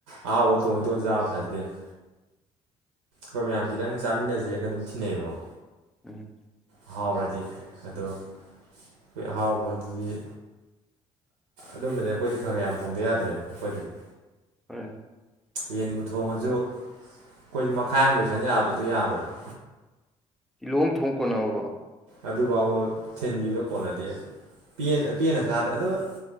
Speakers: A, on the right; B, in the centre.
A: ꯑꯍꯥꯎꯕ ꯢꯇꯣꯝ ꯏꯇꯣꯝ ꯆꯥꯕ ꯐꯗꯦꯅ ꯍꯣꯏ ꯃꯌꯥꯝ ꯈꯤꯇꯪ ꯆꯥꯃꯤꯟꯅꯁꯦꯅ ꯑꯗꯨꯝ ꯊꯤꯅꯩꯌꯦꯕꯀꯣ
B: ꯎꯝ <unintelligible> <inaudible>
A: ꯑꯍꯥꯎꯔꯗꯤ ꯑꯗꯣ ꯑꯩꯈꯣꯏ ꯑꯍꯥꯎꯕ ꯑꯗꯨꯗꯤ ꯑꯗꯨꯝꯕꯗꯤ ꯑꯩꯈꯣꯏꯗꯤ ꯈꯔ ꯈ ꯌꯥꯝ ꯊꯣꯡꯗ ꯌꯥꯗ꯭ꯔꯦꯕ ꯑꯩꯈꯣꯏꯗꯗꯤ
B: ꯍꯣꯏ <unintelligible> <inaudible>
A: ꯌꯦꯟꯕꯨ ꯊꯣꯡꯉꯁꯨ ꯑꯩꯈꯣꯏꯗꯤ ꯃꯈꯥꯏ ꯑꯃ ꯂꯣꯏꯁꯟꯖꯛꯕꯗꯣ ꯌꯥꯔꯣꯏꯕ
B: ꯀꯂꯣꯝ ꯊꯣꯡ ꯀꯣꯟꯅꯕ
A: ꯑꯗꯨꯐꯥꯎꯕ ꯊꯤꯟꯒꯤꯗꯣ ꯀꯣꯟꯅꯗꯦꯕ ꯄꯦꯟꯅ ꯆꯥꯗꯦ ꯑꯗꯨꯗ